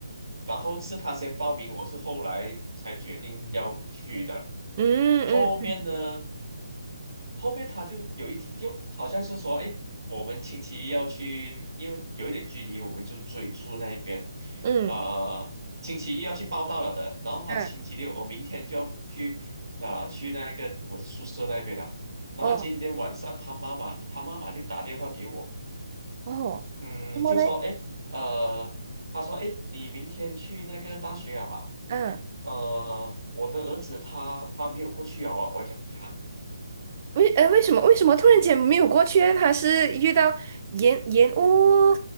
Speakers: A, on the right; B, on the right.
A: 然后是他先报名，我是后来才决定要去的。
B: 嗯嗯嗯
A: 后面呢，后面他就有一天就好像是说，哎，我们星期一要去，因为有一点距离，我们就追住那边，
B: 嗯，
A: 呃，星期一要去报到了的。然后他星期六，
B: 嗯。
A: 我明天就要去啊、去那个我的宿舍那边了。然后今天晚上他妈妈，
B: 哦
A: 他妈妈就打电话给我。
B: 哦，
A: 嗯，
B: 然么嘞，
A: 就说哎，诶呃，他说哎，诶你明天去那个大学啊？
B: 嗯，
A: 呃，我的儿子他他没有过去啊，我我讲啊，
B: 为呃为什么为什么突然间没有过去呢？他是遇到延延误